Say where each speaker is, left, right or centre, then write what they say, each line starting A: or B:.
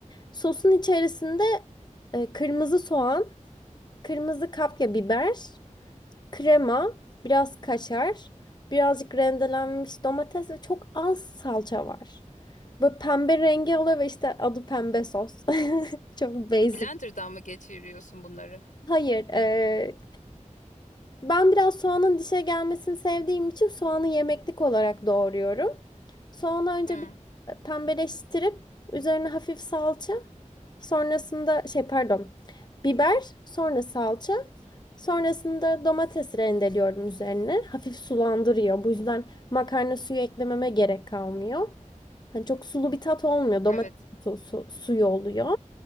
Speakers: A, on the left; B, on the left.
A: Sosun içerisinde e, kırmızı soğan, kırmızı kapya biber. Krema, biraz kaşar, birazcık rendelenmiş domates ve çok az salça var. Böyle pembe rengi oluyor ve işte adı pembe sos. <laughs> Çok basic.
B: Blender'dan mı geçiriyorsun bunları?
A: Hayır, eee, ben biraz soğanın dişe gelmesini sevdiğim için soğanı yemeklik olarak doğruyorum. Soğanı önce
B: Hmm,
A: bir pembeleştirip üzerine hafif salça Sonrasında şey pardon. Biber, sonra salça. Sonrasında domates rendeliyorum üzerine. Hafif sulandırıyor. Bu yüzden makarna suyu eklememe gerek kalmıyor. Hani çok sulu bir tat olmuyor. Domates
B: evet.
A: su- su- suyu oluyor.